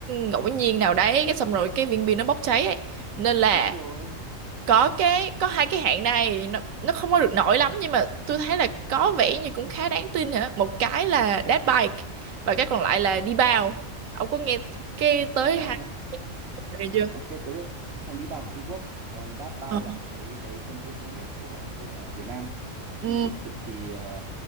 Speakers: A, on the right; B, on the right.
A: ngẫu nhiên nào đấy cái xong rồi cái viên pin nó bốc cháy ấy. Nên là
B: đúng rồi
A: có cái có hai cái hãng này nó nó không có được nổi lắm nhưng mà tôi thấy là có vẻ như cũng khá đáng tin hả? Một cái là dead bike và cái còn lại là đi bao Ông có nghe cái tới
B: Ờ,
A: hai cái này chưa?
B: ok tôi biết thằng đi bàn của Trung Quốc còn Datbuy
A: Ờ.
B: là một cái cái công ty khởi nghiệp của của Việt Nam
A: Ừ.
B: nhưng thực sự thì ờ,